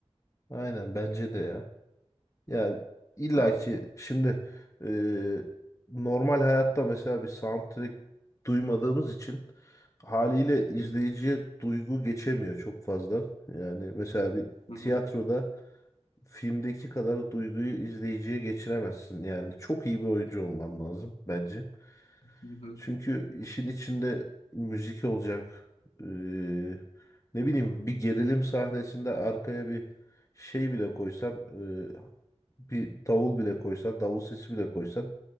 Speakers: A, on the left; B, on the left.
A: Aynen bence de ya. Ya illaki
B: Evet.
A: şimdi e, normal hayatta mesela bir soundtrack duymadığımız için haliyle izleyiciye
B: Hı
A: duygu geçemiyor çok fazla. Yani mesela bir
B: hı,
A: tiyatroda
B: hı hı,
A: filmdeki kadar duyguyu izleyiciye geçiremezsin. Yani çok iyi bir oyuncu olman lazım bence.
B: hı hı,
A: Çünkü işin içinde müzik olacak. Ee, ne bileyim bir gerilim sahnesinde arkaya bir şey bile koysan, e, bir davul bile koysan, davul sesi bile koysan